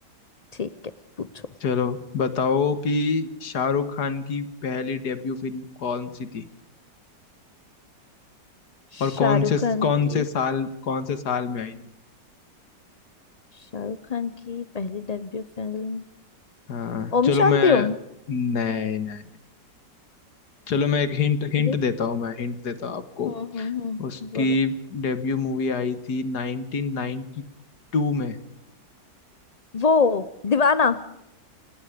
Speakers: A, on the left (about 90°); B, on the left (about 60°).
A: ठीक है पूछो
B: चलो बताओ कि शाहरुख खान की पहली डेब्यू फिल्म कौन सी थी
A: शाहरुख
B: और कौन से
A: खान
B: कौन
A: की
B: से साल कौन से साल में आई थी
A: शाहरुख खान की पहली डेब्यू फिल्म
B: हाँ
A: ओम
B: चलो
A: शांति
B: मैं
A: ओम
B: नहीं नहीं चलो मैं एक हिंट हिंट
A: ये
B: देता हूँ मैं हिंट देता हूँ आपको
A: हम्म हम्म हम्म,
B: उसकी
A: बोलो
B: डेब्यू मूवी आई थी 1992 में
A: वो दीवाना